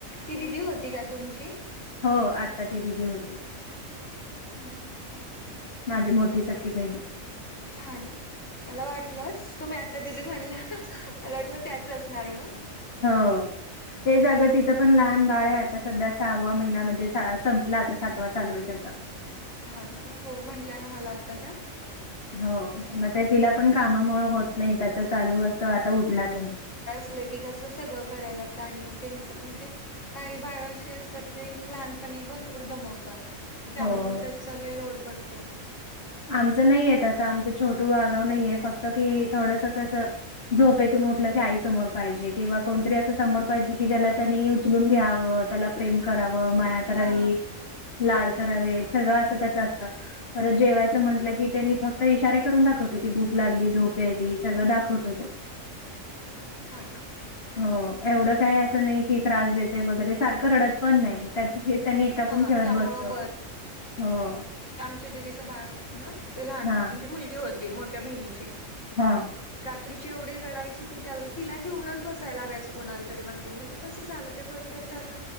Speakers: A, on the left; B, on the left.
A: ती दिदी होती का तुमची?
B: हो आता ती दिदी होती.
A: हम् हम् ह.
B: माझी मोठी सखी बहिण.
A: हा ना मला वाटलंच तुम्ही आता दिदी म्हणला मला वाटलं त्याच असणार मग.
B: हो. हे जाग तिचं पण लहान बाळ आहे आता सध्या सहावा महिना म्हणजे संपला आता सातवा चालू आहे त्याचा.
A: हा ना मग हो म्हंटल्या ना मला आत्ता त्या.
B: हो मग ते तिला पण कामामुळे होत नाही त्याचा चालूत आता उठलात नाही.
A: लगीच असलं की कसं सगळं करायला त्यांनी आणि त्यांचं म्हणजे काही बाळ अशी असतात की लहानपणी भरपूर दमवतात. त्यामुळे
B: हो
A: त्याचाला लय लोड पडतो.
B: आमचं नाहीय तसं आमचं छोटू आगाव नाहीये फक्त की थोडसं कसं झोपेतून उठलं की आई समोर पाहिजे किंवा कोणतरी असं समोर पाहिजे कि ज्याला त्यांनी उचलून घ्यावं त्याला प्रेम करावं माया करावी
A: हा
B: लाड करावे सगळं अस त्याच असत पर जेवा म्हटलं की त्यांनी फक्त इशारे करून दाखवतो की भूक लागली झोपे यायली सगळं दाखवतो तो. <inaudible>
A: हा ना.
B: हो एवढं काय असं नाही की त्रास देते वगैरे सारखं रडत पण नाही. त्याची ख त्यांनी एकटा
A: हा
B: पण खेळत
A: त्यामुळं
B: बसत हो.
A: ची दिदीच बाळ होत ना ते लहान
B: हां
A: म्हणजे मुलगी होती मोठ्या बहिणीची.
B: हां
A: रात्रीची एवढी रडायची की त्या तिला घेऊनच बसाय लागाचं कोणाला तरी मांडीव म्हणजे कसं झालं ते फर्स्ट टाइम झालं